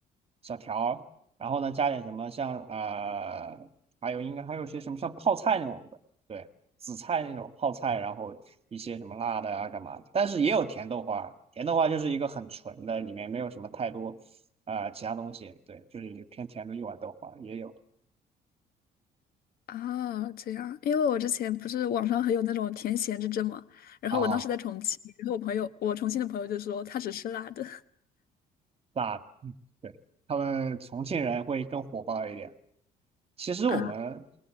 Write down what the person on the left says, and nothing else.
啊，这样，因为我之前不是网上很有那种甜咸之争嘛，然后我当时在重庆，
然后我朋友，我重庆的朋友就说他只吃辣的
啊，